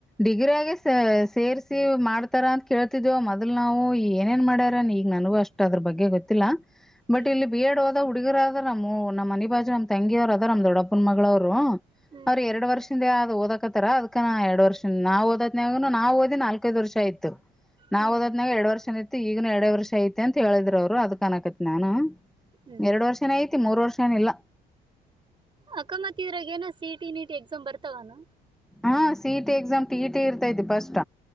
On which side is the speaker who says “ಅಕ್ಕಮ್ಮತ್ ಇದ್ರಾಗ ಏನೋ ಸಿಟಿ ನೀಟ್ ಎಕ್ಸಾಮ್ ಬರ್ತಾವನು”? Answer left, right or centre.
Right